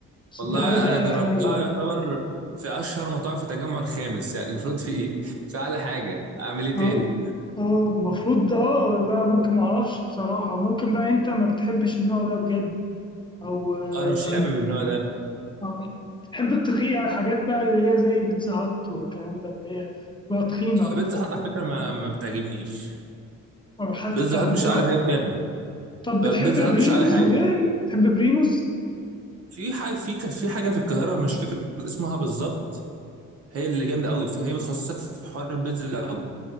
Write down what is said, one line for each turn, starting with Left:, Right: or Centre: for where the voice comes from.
Left: بس
Right: والله
Left: دي حاجة بقى
Right: انا جربتها يعتبر في اشهر مطاعم في التجمع الخامس يعني المفروض في ايه <laughs> في اعلى حاجه اعمل ايه تاني
Left: اه اه المفروض اه بقى ممكن معرفش بصراحة ممكن بقى انت ما بتحبش النوع ده بجد او اه
Right: انا مش حابب النوع ده
Left: آه. بتحب التقية الحاجات بقى اللي هي زي بيتزا هات والكلام ده اللي هي بقى تخينة بقى
Right: بيتزا هات على فكره ما, ما بتعجبنيش
Left: أو حتى
Right: بيتزا
Left: بتاع بيتزا
Right: هات مش
Left: هات
Right: اعلى حاجه بتعمل
Left: طب
Right: ب-
Left: بتحب
Right: بيتزا هات
Left: بريموز
Right: مش اعلى حاجه
Left: وكده بتحب بريموز
Right: في حاجه في كان في حاجه في القاهره مش فاكر اسمها بالظبط هي اللي جامده قوي في هي متخصصه في حوار البيتزا ده قوي